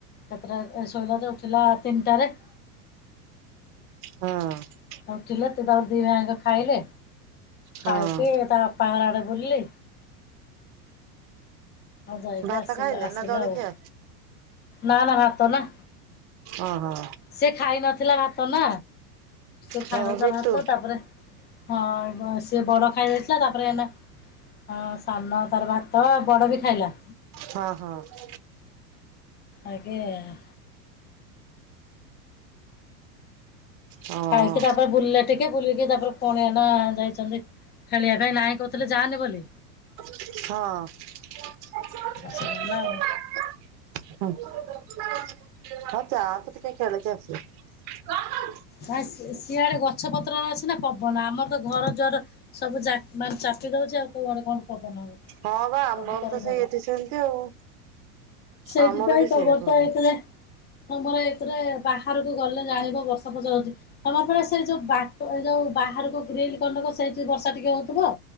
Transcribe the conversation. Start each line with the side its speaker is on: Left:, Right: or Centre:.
Left: ଏତେଟାରେ ଏ ଶୋଇଲା ଯେ ଉଠିଲା-ଆ-ଆ ତିନିଟାରେ।
Right: ହଁ।
Left: ଉଠିଲେ ତୁ ତାର ଦି ଭାଇଙ୍କ ଖାଇଲେ
Right: ହଁ
Left: ଖାଇକି ତା ଅପା ଘର ଆଡେ ବୁଲିଲେ। ଆଉ ଯାଇକି
Right: ଭାତ
Left: ଆସିଲା
Right: ଖାଇଲେ
Left: ଆସିଲେ
Right: ନା ଜଳଖିଆ
Left: ଆଉ, ନା ନା ଭାତ ନା।
Right: ଓ ହୋ।
Left: ସେ ଖାଇ ନଥିଲା ଭାତ ନା, ସେ
Right: ହଁ
Left: ଖାଇ
Right: ହଁ
Left: ନଥିଲା
Right: ବିଟୁ
Left: ଭାତ ତାପରେ ହଁ ବ ସିଏ ବଡ ଖାଇ ଦେଇଥିଲା ତାପରେ ଏନା ହଁ ସାନ ତାର ଭାତ ବଡ ବି ଖାଇଲା।
Right: ହଁ ହଁ।
Left: ଆଗେ-ଏ-ଏ
Right: ହଁ।
Left: ଖାଇକି ତାପରେ ବୁଲିଲେ ଟିକେ ବୁଲିକି ତାପରେ ପୁଣି ଏଇନା-ଆ ଯାଇଛନ୍ତି ଖେଳିଆ ପାଇଁ ନାଇଁ କରୁଥିଲେ ଯାଆନି ବୋଲି
Right: ହଁ। ହୁଁ
Left: ଆଉ ସେ ଗଲା
Right: ହ
Left: ଆଉ।
Right: ଯାଆନ୍ତୁ ଟିକେ ଖେଳିକି ଆସିବେ।
Left: ନାଇଁ ସି ସିଆଡେ ଗଛ ପତ୍ର ଅଛି ନା ପବନ ଆମର ତ ଘର ଯୁଆର ସବୁ ଯା ମାନ ଚାପି ଦଉଛି ଆଉ କୁଆଡେ କଣ? ପବନ ହବ
Right: ହଁ ବା ଆମର
Left: ସବୁ କରେ
Right: ତ ସେଇ
Left: ଘର।
Right: ଏଠି ସେମିତି ଆଉ।
Left: ସେଇଥିପାଇଁ
Right: ଆମର ବି ସେଇ
Left: <unintelligible>
Right: ପ୍ରୋବ୍ଲେମ୍।
Left: ତମର ଏଥିରେ ବାହାରକୁ ଗଲେ ଜାଣିବ ବର୍ଷା ଫର୍ଷା ହଉଚି। ତମର ପରା ସେ ଯୋଉ ବାଟ ଆଉ ଯାଉ ବାହାରକୁ ଗ୍ରିଲ ଖଣ୍ଡକ ସେଇଠି ବର୍ଷା ଟିକେ ହଉଥୁବ।